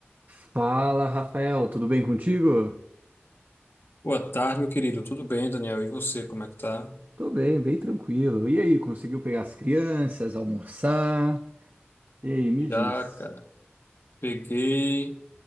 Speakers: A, on the right; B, on the left.
A: Fala, Rafael, tudo bem contigo?
B: Boa tarde, meu querido. Tudo bem, Daniel? E você, como é que tá?
A: Tô bem, bem tranquilo. E aí, conseguiu pegar as crianças, almoçar? E aí, me diz.
B: Já, cara, peguei